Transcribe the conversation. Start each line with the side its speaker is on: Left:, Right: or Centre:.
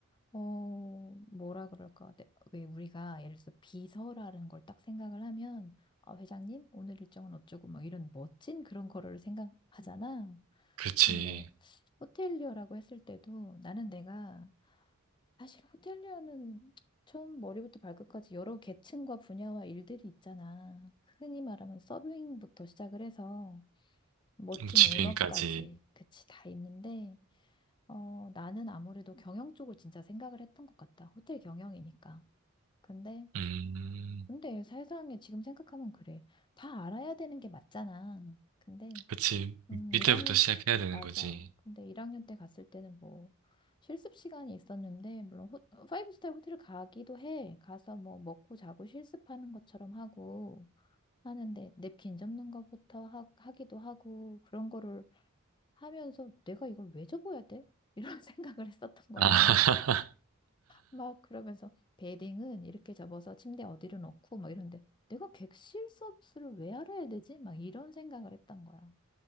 Left: 어, 뭐라 그럴까? 내- 왜 우리가 예를 들어서 비서라는 걸 딱 생각을 하면, 아, 회장님, 오늘 일정은 어쩌고 막 이런 멋진 그런 거를 생각하잖아.
Right: 그렇지.
Left: 근데 호텔리어라고 했을 때도 나는 내가 사실 호텔리어는 처음 머리부터 발끝까지 여러 계층과 분야와 일들이 있잖아. 흔히 말하면 서빙부터 시작을 해서 멋진
Right: 뭐 지배인까지.
Left: 오너까지, 그치, 다 있는데, 어, 나는 아무래도 경영 쪽을 진짜 생각을 했던 것 같다. 호텔 경영이니까. 근데,
Right: 음,
Left: 근데 세상에 지금 생각하면 그래. 다 알아야 되는 게 맞잖아. 근데,
Right: 그치.
Left: 음,
Right: 밑에부터
Left: 1학년,
Right: 시작해야 되는
Left: 맞아.
Right: 거지.
Left: 근데 1학년 때 갔을 때는 뭐, 실습 시간이 있었는데, 물론, 호, 파이브 스타 호텔을 가기도 해. 가서 뭐, 먹고 자고 실습하는 것처럼 하고, 하는데, 냅킨 접는 것부터 하, 하기도 하고, 그런 거를 하면서 내가 이걸 왜 접어야 돼? 이런 <laughs> 생각을 했었던 거야.
Right: 아, <laughs>
Left: 막 그러면서 베딩은 이렇게 접어서 침대 어디로 놓고 막 이런데 내가 객실 서비스를 왜 알아야 되지? 막 이런 생각을 했던 거야.